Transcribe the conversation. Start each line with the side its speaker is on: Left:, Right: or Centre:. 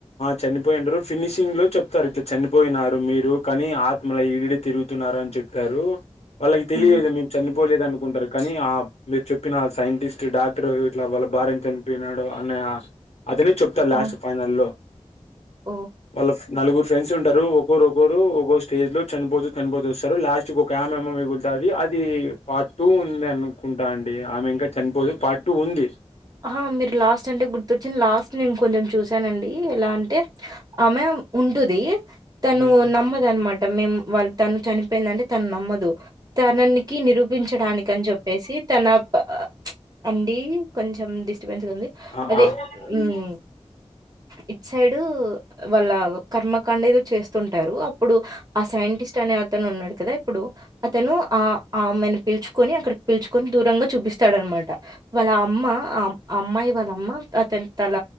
Left: చనిపోయింటారు ఫినిషింగ్ లో చెప్తారు ఇట్లా చనిపోయినారు మీరు కానీ ఆత్మల ఈడిడ తిరుగుతున్నారు అని చెప్పారు. వాళ్ళకి తెలియద
Right: హ్మ్.
Left: మేము చనిపోలేదు అనుకుంటారు. కానీ ఆ మీరు చెప్పిన సైంటిస్ట్ డాక్టరు ఇట్లా వాళ్ళ భార్య చనిపోయినాడు. అన్ హా అతనే చెప్తాడు లాస్ట్
Right: ఓహ్!
Left: ఫైనల్లో
Right: ఓహ్!
Left: వలా నలుగురు ఫ్రెండ్స్ ఉంటారు ఒకరు ఒకరు ఒకోరు స్టేజ్ లో చనిపోతూ చనిపోతూ వస్తారు లాస్ట్ ఒక ఆమె మిగులుతంది అది పార్ట్ టూ ఉంది అనుకుంటా అండి ఆమె ఇంకా చనిపోదు పార్ట్ టూ ఉంది.
Right: ఆ మీరు లాస్ట్ అంటే గుర్తొచ్చింది లాస్ట్ నేను కొంచెం చూసానండి ఎలా అంటే ఆమె ఉంటది. తను
Left: ఉమ్
Right: నమ్మదన్మా అన్మాట్ మేము వాళ్ళ తను చనిపోయిందటె తను నమ్మదు తననికి నిరూపించడానికి అని చెప్పేసి తనపా అండి కొంచెం డిస్ ర్బెన్స్ గా ఉంది
Left: ఆ
Right: అదే
Left: ఆ ఆ
Right: ఉమ్మ్ ఇట్ సైడ్ డు వాళ్ళ కర్మ కండేదో చేస్తుంటారు. ఇప్పుడు ఆ సైంటిస్ట్ అనే తోనే ఉన్నాడు కదా ఇప్పుడు అతను ఆ ఆమెను పిలుచుకొని అక్కడికి పిలుచుకొని దూరంగా చూపిస్తాడనమాట వాళ్ళ అమ్మ అ అమ్మాయి వాళ్ళమ్మ అతని తల